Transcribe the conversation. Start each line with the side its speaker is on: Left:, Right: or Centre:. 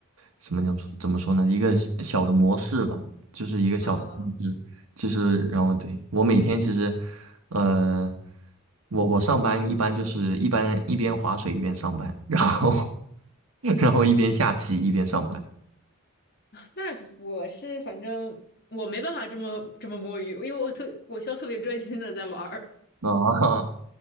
Right: 什么叫怎么说呢？一个小小的模式吧，就是一个小的就是，
Left: 啊，
Right: 其实，然后对，我每天其实，呃，我我上班一般就是一般一边划水一边上班，然后 <laughs> 然后一边下棋一边上班。
Left: 那我是反正我没办法这么这么摸鱼，因为我特我需要特别专心的在玩儿
Right: 啊，<laughs>